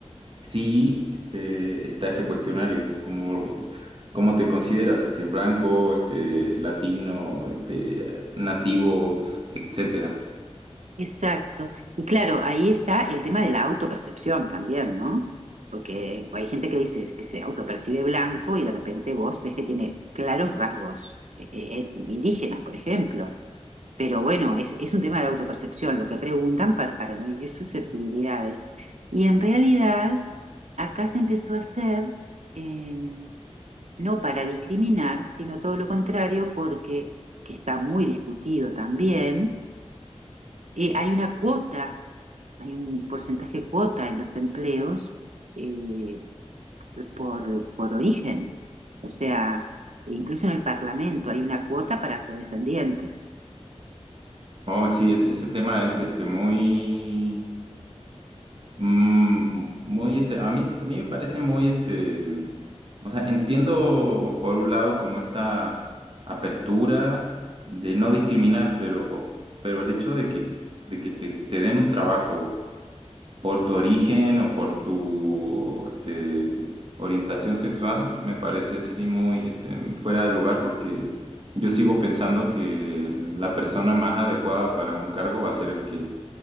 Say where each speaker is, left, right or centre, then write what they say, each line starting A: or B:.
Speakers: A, on the right (about 50°); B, on the right (about 75°).
A: Sí, este, está ese cuestionario, como cómo te consideras, este, blanco, este, latino, este, nativo, etcétera.
B: Exacto. Y claro, ahí está el tema de la autopercepción también, ¿no? Porque hay gente que dice que se autopercibe blanco y de repente vos ves que tiene claros rasgos eh, eh, indígenas, por ejemplo. Pero bueno, es, es un tema de autopercepción, lo que preguntan para, para no herir susceptibilidades. Y en realidad, acá se empezó a hacer, eh, no para discriminar, sino todo lo contrario, porque, que está muy discutido también, eh, hay una cuota hay un porcentaje cuota en los empleos eh, por, por origen. O sea, incluso en el Parlamento hay una cuota para afrodescendientes.
A: Oh, sí, ese, ese tema es este muy, mm, muy este, a mí, a mí me parece muy este, o sea, entiendo por un lado como esta apertura de no discriminar, pero, pero el hecho de que, de que te, te den un trabajo por tu origen o por tu este, orientación sexual, me parece así muy este, fuera de lugar porque yo sigo pensando que la persona más adecuada para un cargo va a ser el que,